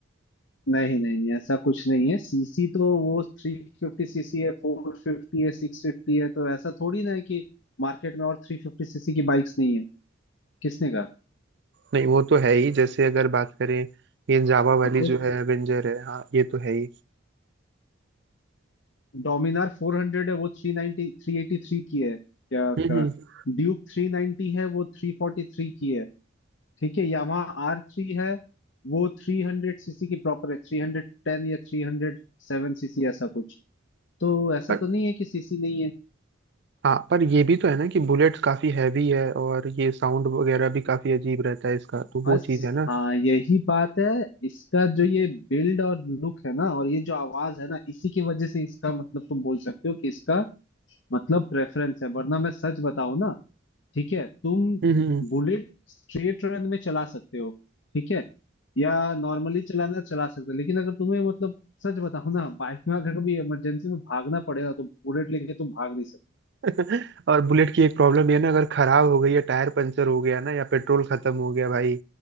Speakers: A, on the left; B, on the right.
A: नहीं नहीं नहीं ऐसा कुछ नहीं है सीसी तो वो थ्री फिफ्टी सीसी है फोर फिफ्टी है सिक्स फिफ्टी है तो ऐसा थोड़ी ना है कि मार्केट में और थ्री फिफ्टी सीसी की बाइक्स नहीं है किसने कहा
B: नहीं वो तो है ही जैसे अगर बात करें ये जावा
A: तो
B: वाली
A: फिर
B: जो है एवेंजर है हाँ ये तो है ही
A: डोमिनार 400 है वो 390 383 की है क्या क्या
B: हम्म हम्म।
A: ड्यूक 390 है वो 343 की है ठीक है यामाहा आर थ्री है वो 300 सीसी की प्रॉपर है 310 या 307 सीसी ऐसा कुछ तो ऐसा
B: पर
A: तो नहीं है कि सीसी नहीं है
B: हाँ पर ये भी तो है ना कि बुलेट काफी हैवी है और ये साउंड वगैरह भी काफी अजीब रहता है इसका तो
A: बस
B: वो चीज है ना
A: हाँ यही बात है इसका जो ये बिल्ड और लुक है ना और ये जो आवाज है ना इसी की वजह से इसका मतलब तुम बोल सकते हो कि इसका मतलब प्रेफरेंस है वरना मैं सच बताऊं ना ठीक है तुम
B: हम्म
A: बुलेट
B: <laughs>
A: स्ट्रेट रन में चला सकते हो ठीक है या नॉर्मली चलाना चला सकते हो लेकिन अगर तुम्हें मतलब सच बताऊं ना बाइक में अगर कभी इमरजेंसी में भागना पड़े ना तो बुलेट लेके तुम भाग नहीं सकते
B: हम्म। और बुलेट की एक प्रॉब्लम ये है ना अगर खराब हो गई या टायर पंचर हो गया ना या पेट्रोल खत्म हो गया भाई